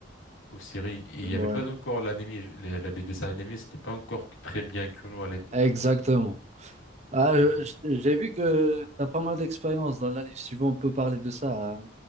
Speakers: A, on the left; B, on the right.
A: aux séries. Et il
B: Ouais,
A: n'y avait pas encore l'anime, les, les dessins animés, c'était pas encore très bien connu à l'époque,
B: exactement.
A: je pense.
B: Ah, je-
A: Hmm.
B: je- j'ai vu que t'as pas mal d'expérience dans l'anime. Si tu veux, on peut parler de ça euh,